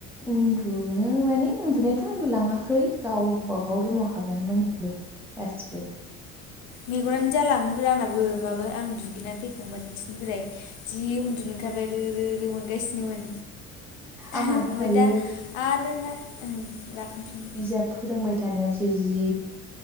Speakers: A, in the centre; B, on the left.
A: उन्दुनो माने उन्दुनायाथ' उन्दुलाङाखै गावबागाव रुमाव हाबनानै दं बो गासिबो‌
B: मेगनानो जालामोनबो आंनाबो माबा आं दुगैनानै फैखांबाय नोंसिनिफ्राय जि उन्दुनो ओंखारबाय रो रो रो मोनगासिनोमोन
A: आंहा
B: हो
A: दहायो
B: ओमफाय दा आरो ना ओं राखांफिनबाय
A: बिजाब फोरोंबाय थानायावसो जि